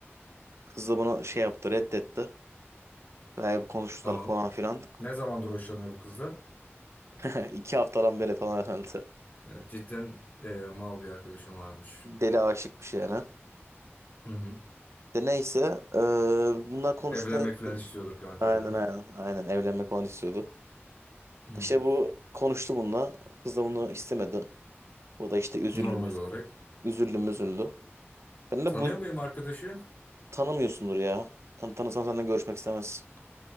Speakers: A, on the right; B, on the left.
A: Kız da bunu şey yaptı reddetti. Bayağı bir konuştular
B: Tamam.
A: falan filan.
B: Ne zamandır hoşlanıyor bu kızdan?
A: <laughs> İki haftadan beri falan herhalde.
B: Ee, cidden e, mal bir arkadaşım varmış.
A: Deli aşıkmış yani.
B: Hı hı.
A: De neyse eee, bunlar konuştu.
B: Evlenmek falan istiyordur kanka
A: Aynen
B: bir de.
A: aynen aynen evlenmek falan istiyordu.
B: Hı.
A: İşte bu konuştu bununla. Kız da bunu istemedi. O da işte üzüldü,
B: Normal
A: müz-
B: olarak.
A: üzüldü, müzüldü. Ben de
B: Tanıyor
A: bu
B: muyum arkadaşı? <laughs>
A: tanımıyorsundur ya. Tan tanısan senden görüşmek istemez.